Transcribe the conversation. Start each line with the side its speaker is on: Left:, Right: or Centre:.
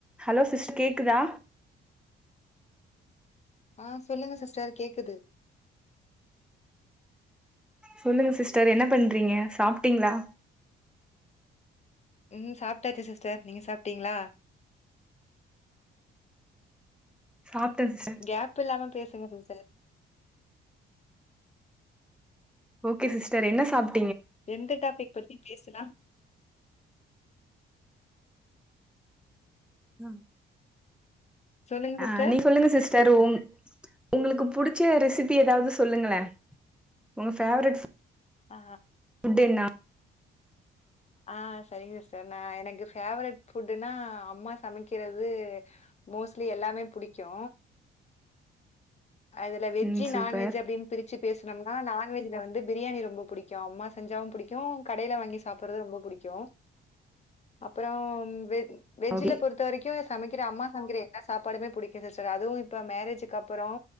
Centre: Hello sister கேக்குதா
Left: ஆ சொல்லுங்க சிஸ்டர் கேக்குது
Centre: சொல்லுங்க சிஸ்டர் என்ன பண்றீங்க சாப்ட்டிங்ளா
Left: ம் சாப்ட்டாச்சி சிஸ்டர் நீங்க சாப்ட்டீங்ளா
Centre: சாப்ட்டே சிஸ்டர்
Left: கேப் இல்லாம பேஸ் <unintelligible> சிஸ்டர்
Centre: ஓகே சிஸ்டர் என்ன சாப்
Left: எந்த டாபிக் பத்தி பேசலா
Centre: ம்
Left: சொல்லுங்க
Centre: ஆ
Left: சிஸ்டர்
Centre: நீ சொல்லுங்க சிஸ்டர் உங் உங்ளுக்கு புடிச்ச ரெசிபி ஏதாவ்து சொல்லுங்களே உங்க ஃபேவரட் ஃபுட்
Left: ஆ
Centre: என்னா
Left: ஆ செரிங்க ஸ்டர் நா எனக்கு ஃபேவரட் ஃபுட்டுன்னா அம்மா சமக்கிறது மோஸ்ட்லி எல்லாமே புடிக்கூ அதுல வெஜ்ஜு
Centre: ம் சூப்பர்
Left: நான்வெஜ் அப்டின்னு பிரிச்சு பேசணம்னா நான்வெஜ்ல வந்து பிரியாணி ரொம்போ ச அம்மா செஞ்சாலு புடிக்கூ கடைல வாங்கி சாப்ட்றது ரொம்ப புடிக்கூ அப்றோ வெ வெஜ்ல
Centre: ஓகே
Left: பொறுத்த வரைக்கூ சமைக்ற அம்மா சமைக்ற எல்லா சாப்பாடுமே புடிக்கூ சிஸ்டர் அதுவூ இப்ப மேரேஜ்க்கு அப்றோ